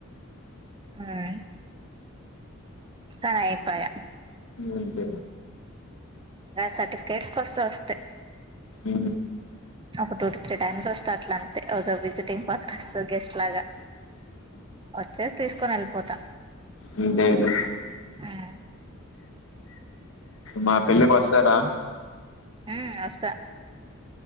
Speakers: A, on the right (about 20°); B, on the left (about 65°).
A: ఉమ్ కానీ అయిప్పయా
B: అంతే
A: సర్టిఫికేట్స్ కో వస్తే వస్తాయ్
B: ఉ
A: ఒక టూ టు త్రీ టైమ్స్ వస్తారు అట్ల అంతే ఒక విజిటింగ్ పక్క వస్తాయ్ గెస్ట్ లాగా వచ్చేసి తీసుకొని వెళ్ళిపోతా
B: అంతే గదా
A: ఉమ్
B: మా పెళ్ళికొస్తారా
A: ఉ వస్తా